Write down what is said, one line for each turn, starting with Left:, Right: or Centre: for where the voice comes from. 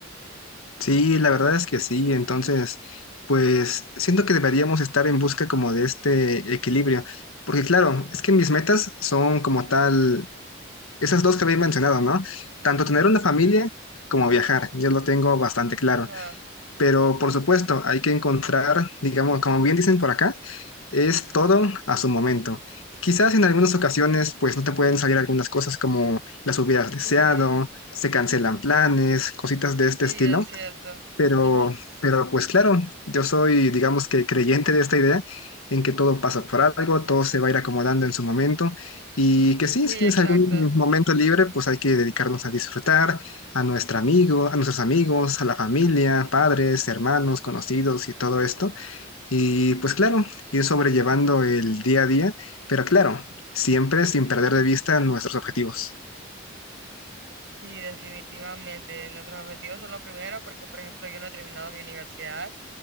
Left: Sí, la verdad es que sí. Entonces, pues siento que deberíamos estar en busca como de este equilibrio. Porque claro, es que mis metas son como tal, esas dos que había mencionado, ¿no? Tanto tener una familia como viajar. Yo lo tengo bastante claro.
Right: Ajá.
Left: Pero por supuesto, hay que encontrar, digamos, como bien dicen por acá, Es todo a su momento. Quizás en algunas ocasiones pues no te pueden salir algunas cosas como las hubieras deseado,
Right: Sí,
Left: se cancelan planes, cositas de
Right: sí,
Left: este estilo,
Right: es cierto.
Left: pero
Right: Ujú,
Left: pero pues claro, yo soy digamos que creyente de esta idea en que todo pasa por algo, todo se va a ir acomodando en su momento y que sí,
Right: Sí,
Left: si tienes
Right: exacto.
Left: algún momento libre, pues hay que dedicarnos a disfrutar a nuestro amigo, a nuestros amigos, a la familia, padres, hermanos, conocidos y todo esto. Y pues claro, ir sobrellevando el día a día, pero claro, siempre sin perder de vista nuestros objetivos.
Right: Sí, definitivamente. Nuestros objetivos son lo primero porque, por ejemplo, yo no he terminado mi universidad